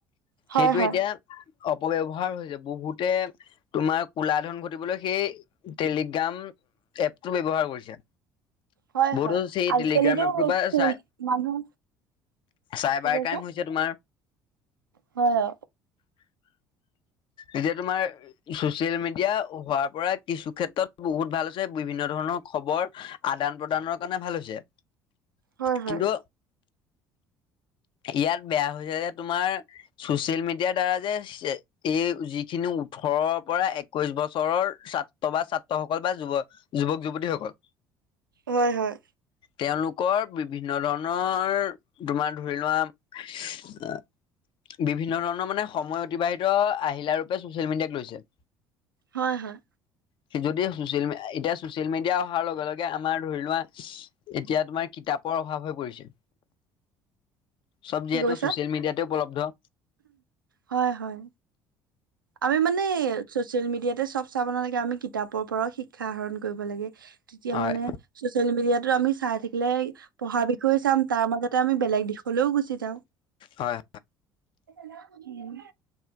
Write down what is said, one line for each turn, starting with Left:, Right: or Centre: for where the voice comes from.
Right: হয়
Left: সেইটো
Right: হয়
Left: এতিয়া। অবয়ৱহাৰ হৈছে বহুতে তোমাৰ কলা ধন ঘটিবলৈ সেই টেলিগ্ৰাম। এপটো ব্য্ৱহাৰ কৰিছে
Right: হয়
Left: বহত
Right: হয়
Left: সেই
Right: আজিকালিতো
Left: টেলিগ্ৰাম এপটো বা
Right: ফোন
Left: চাই।
Right: মানুহ
Left: চাইবাৰ
Right: কি কৈছা?
Left: ক্ৰাইম হৈছে তোমাৰ।
Right: হয়।
Left: এতিয়া তোমাৰ চচিয়েল মিডিয়া হোৱাৰ পৰা। কিছু ক্ষেত্ৰত বহুত ভাল হৈছে বিভিন্ন ধৰণৰ খবৰ আদান প্ৰদানৰ কাৰণে ভাল হৈছে।
Right: হয় হয়।
Left: কিন্তু ইয়াত বেয়া হৈছে যে তোমাৰ। চচিয়েল মিডিয়াৰ দ্বাৰা যে এই যিখিনি ওঠৰৰ পৰা একৈশ বছৰৰ। ছাত্ৰ বা ছাত্ৰসকল বা যুৱক যুৱক যুৱতীসকল।
Right: হয় হয়।
Left: তেওঁলোকৰ বিভিন্ন ধৰণৰ তোমাৰ ধৰি লোৱা। বিভিন্ন ধৰণৰ মানে সময় অতিবাহিত আহিল ৰূপে ছচিয়েল মিডিয়াক লৈছে।
Right: হয় হয়।
Left: যদি চচিয়েল এতিয়া চচিয়েল মিডিয়া অহাৰ লগে লগে আমাৰ ধৰি লোৱা এতিয়া তোমাৰ। তাপৰ অভাৱ হৈ পৰিছে। চব
Right: কি
Left: যিহেতু
Right: কৈছা?
Left: ছচিয়েল মিডিয়াতে উপলব্ধ।
Right: হয় হয়। আমি মানে। চচিয়েল মিডিয়াতে চব চাব নালাগে আমি কিতাপৰ পৰাও শিক্ষা আহৰণ কৰিব লাগে। তেতিয়া
Left: হয়
Right: মানে চচিয়েল মিডিয়াতো আমি। চাই থাকিলে পঢ়াৰ বিষয়ে চাম তাৰ মাজতে আমি বেলেগ দিশলৈও গুচি যাওঁ।
Left: হয়
Right: ন।